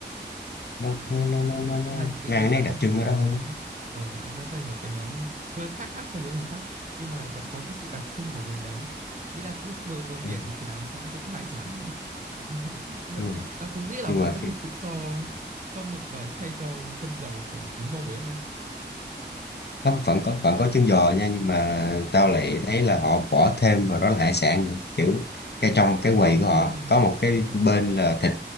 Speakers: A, on the left; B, on the right.
A: nó
B: Ừ,
A: nó
B: đúng
A: nó
B: rồi
A: nó, nó, nó mang
B: thế là tự
A: cái
B: dưng
A: nét
B: là có
A: đặc
B: một
A: trưng
B: cái
A: ở
B: món
A: đó hơn
B: nó ở nó nó thành một cái món ờ, hơi khác khác so với vùng khác nhưng mà lại vẫn có cái sự đặc trưng của vùng đấy nghĩ là cứ bờ, bờ biển
A: Ừ.
B: thì thế nào cũng sẽ có hải sản đúng không nhưng mà
A: Ừ.
B: ta, ta không nghĩ là
A: Nhưng
B: họ
A: mà
B: sẽ thực sự cho cho mực và thay cho chân giò của bún bò Huế em ạ
A: có vẫn có vẫn có chân giò nha nhưng mà tao lại thấy là họ bỏ thêm vào đó là hải sản nữa kiểu cái trong cái
B: ờ,
A: quầy
B: mặc
A: của họ
B: cua ha
A: có một cái
B: ờ
A: bên là thịt